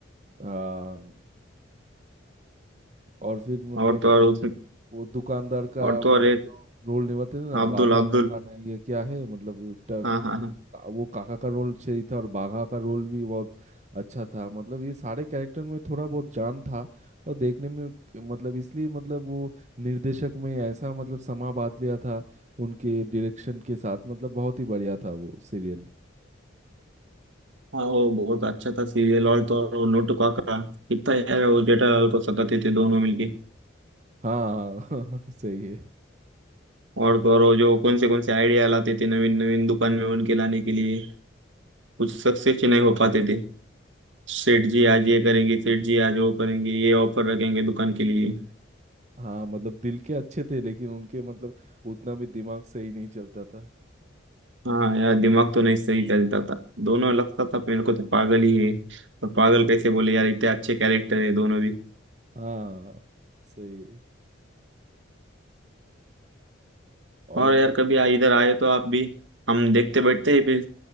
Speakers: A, on the right (about 35°); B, on the right (about 75°).
A: हाँ और फिर मतलब
B: और तो और उस
A: वो दुकानदार का
B: और तो
A: मतलब
B: और एक
A: जो रोल निभाते थे ना
B: अब्दुल
A: बाका
B: अब्दुल
A: काका ने ये क्या है मतलब का-
B: हाँ हाँ हाँ
A: वो काका का रोल सही था और बाघा का रोल भी बहुत अच्छा था मतलब ये सारे कैरेक्टर में थोड़ा बहुत जान था और देखने में मतलब इसलिए मतलब वो निर्देशक में ऐसा मतलब समा बांध लिया था उनके डायरेक्शन के साथ मतलब बहुत ही बढ़िया था वो सीरियल
B: हाँ वो बहुत अच्छा था सीरियल और तो और वो नोटू काका कितना यार वो जेठालाल को सताते थे दोनों मिलके
A: हाँ हाँ <laughs> सही है
B: और तो और वो जो कौन से कौन से आइडिया लाते थे नवीन नवीन दुकान में उनके लाने के लिए कुछ सक्सेस नहीं हो पाते थे सेठ जी आज ये करेंगे सेठ जी आज वो करेंगे ये ऑफर रखेंगे दुकान के लिए
A: हाँ मतलब दिल के अच्छे थे लेकिन उनके मतलब उतना भी दिमाग सही नहीं चलता था
B: हाँ यार दिमाग तो नहीं सही चलता था दोनों लगता था मेरे को तो पागल ही है पर पागल कैसे बोले यार इतने अच्छे कैरेक्टर है दोनों भी
A: हाँ सही है और
B: और यार
A: मतलब
B: कभी आ, इधर आए तो आप भी हम देखते बैठते ही फिर